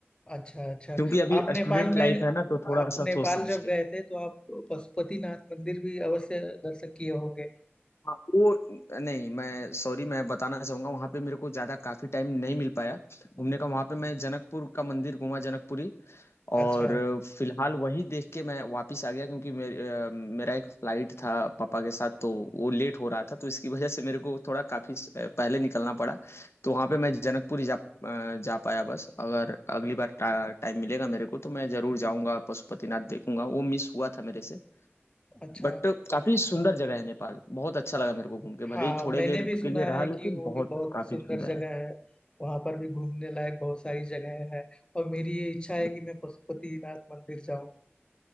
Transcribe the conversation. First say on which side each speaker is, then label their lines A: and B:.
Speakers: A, on the left (about 20°); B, on the left (about 75°).
A: अच्छा अच्छा
B: क्योंकि अभी
A: आप नेपाल
B: स्टूडेंट
A: में
B: लाइफ है ना तो थोड़ा
A: आप
B: सा
A: नेपाल
B: सोच समझ
A: जब
B: के
A: गए थे तो आप पशुपतिनाथ मंदिर भी अवश्य दर्शन किए होंगे
B: हाँ, वो नहीं मैं सॉरी मैं बताना चाहूंगा वहाँ पे मेरे को ज्यादा काफी टाइम नहीं मिल पाया घूमने का वहाँ पे मैं जनकपुर का मंदिर घूमा जनकपुरी और
A: अच्छा
B: फिलहाल वही देख के मैं वापस आ गया क्योंकि मेरे अ, मेरा एक फ्लाइट था पापा के साथ तो वो लेट हो रहा था तो इसकी वजह से मेरे को थोड़ा काफी स- पहले निकलना पड़ा तो वहाँ पे मैं जनकपुरी जा अ, जा पाया बस अगर अगली बार टा, टाइम मिलेगा मेरे को तो मैं जरूर जाऊंगा पशुपतिनाथ देखूंगा वो मिस हुआ था मेरे से
A: अच्छा
B: बट काफी सुंदर जगह है नेपाल बहुत अच्छा लगा मेरे को घूम के
A: हाँ
B: भले ही थोड़े
A: मैंने
B: देर
A: भी सुना
B: के लिए रहा
A: है कि
B: लेकिन
A: वो
B: बहुत
A: भी बहुत
B: काफी
A: सुंदर
B: सुंदर
A: जगह
B: है
A: है वहां पर भी घूमने लायक बहुत सारी जगह है और मेरी ये इच्छा है
B: बिल-
A: कि मैं पशुपतिनाथ मंदिर जाऊं